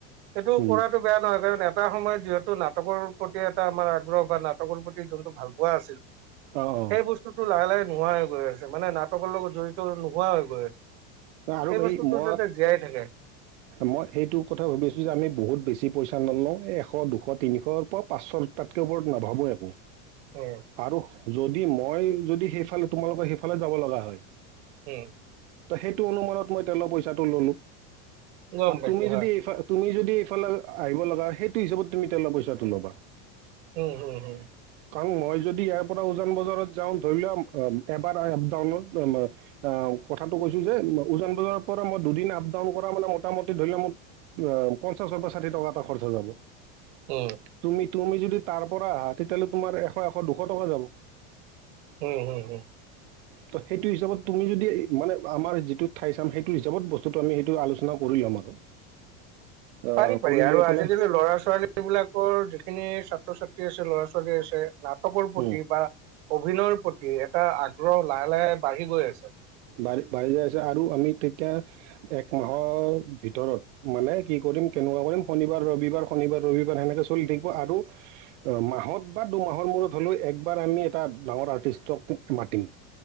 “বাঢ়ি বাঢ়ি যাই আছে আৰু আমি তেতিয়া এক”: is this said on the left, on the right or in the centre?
Right